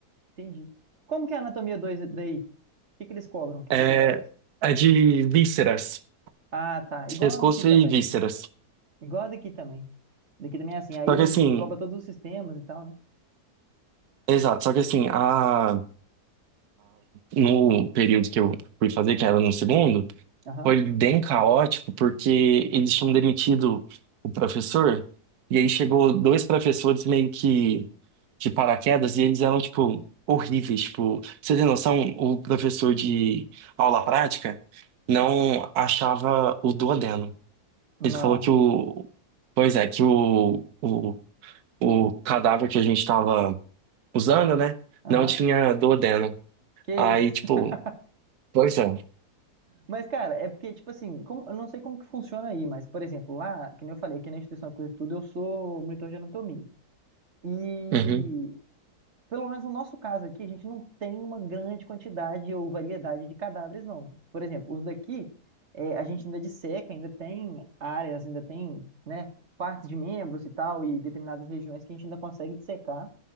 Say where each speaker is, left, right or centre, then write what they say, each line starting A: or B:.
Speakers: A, on the right; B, on the right.
A: entendi. Como que é a anatomia 2 daí? O que que eles cobram? O que
B: É,
A: que é cobrado?
B: é de vísceras,
A: Ah, tá. Igual
B: pescoço
A: a daqui também.
B: e vísceras.
A: Igual a daqui também. Daqui também é assim.
B: Só
A: Aí
B: que assim,
A: engloba todos os sistemas e tal, né?
B: exato, só que assim, a, a, no período que eu fui fazer, que era no segundo,
A: Aham.
B: Foi bem caótico porque eles tinham demitido o professor e aí chegou dois professores meio que de paraquedas e eles eram tipo horríveis, tipo, você tem noção, o professor de aula prática não achava o duodeno.
A: Não.
B: Ele falou que o, pois é, que o, o, o cadáver que a gente estava usando, né,
A: Aham.
B: não tinha duodeno.
A: Que
B: Aí,
A: isso.
B: tipo,
A: <laughs>
B: pois é.
A: Mas, cara, é porque, tipo assim, como- eu não sei como que funciona aí, mas, por exemplo, lá, que nem eu falei, aqui na instituição que eu estudo, eu sou monitor de anatomia. E
B: Uhum.
A: pelo menos no nosso caso aqui, a gente não tem uma grande quantidade ou variedade de cadáveres, não. Por exemplo, os daqui, eh, a gente ainda disseca, ainda tem áreas, ainda tem, né, partes de membros e tal, e determinadas regiões que a gente ainda consegue dissecar.